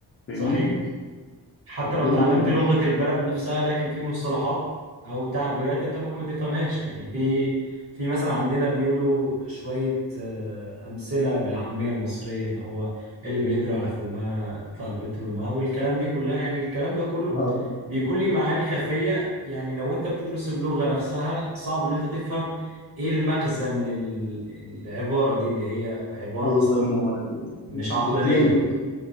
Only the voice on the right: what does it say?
صحيح حتى لو
تعلمت
لغة البلد نفسها لكن في مصطلحات أو تعبيرات أنت ممكن ما تفهمهاش يعني في في مثلا عندنا بيقولوا شوية آه، أمثلة بالعامية المصرية اللي هو اللي باليدر على فمها تطلع البت لأمها والكلام دي كلها يعني الكلام ده كله
بيكون ليه معاني خفية يعني لو أنت بتدرس اللغة نفسها صعب إن أنت تفهم إيه المغزى من ال- العبارة دي اللي هي عبارة
أصلا
مش عقلانية
أوي